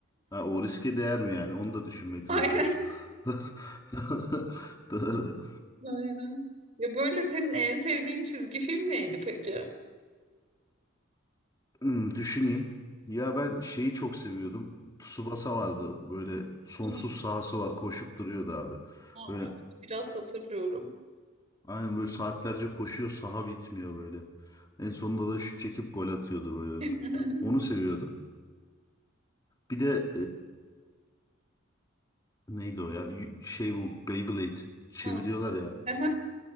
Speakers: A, on the left (about 20°); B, on the right (about 35°).
A: Ha o riske değer mi yani? Onu da düşünmek
B: <laughs>
A: zorundasın.
B: Aynen,
A: <laughs> Doğru. Doğru.
B: aynen. Ya böyle senin en sevdiğin çizgi film neydi peki?
A: Hmm, düşüneyim. Ya ben şeyi çok seviyordum. Tsubasa vardı. Böyle sonsuz
B: Hmm,
A: sahası var. Koşup duruyordu abi.
B: ha,
A: Böyle
B: evet, biraz hatırlıyorum.
A: aynen böyle saatlerce koşuyor. Saha bitmiyor böyle. En sonunda da şut çekip gol atıyordu böyle.
B: <laughs>
A: Onu seviyordum. Bir de Neydi o ya? Y- Şey bu Beyblade çeviriyorlar
B: Ha,
A: ya.
B: aha,